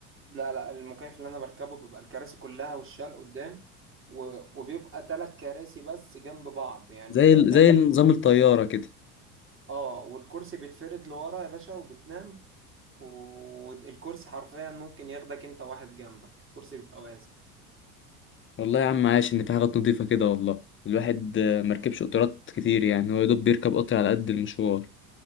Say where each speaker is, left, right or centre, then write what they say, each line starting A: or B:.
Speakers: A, on the right; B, on the left.
A: لا لا المكيف اللي انا بركبه بيبقى الكراسي كلها والشال قدام و... وبيبقى ثلاث كراسي بس جنب بعض يعني
B: زي
A: التاني
B: ال- زي نظام الطيارة كده
A: اه والكرسي بيتفرد لورا يا باشا وبتنام والكرسي حرفيا ممكن ياخدك انت واحد جنبك الكرسي بيبقى واسع
B: والله يا عم عاش ان في حاجات نضيفة كده والله الواحد آه، مركبش قطارات كتير يعني هو يا دوب بيركب قطر على قد المشوار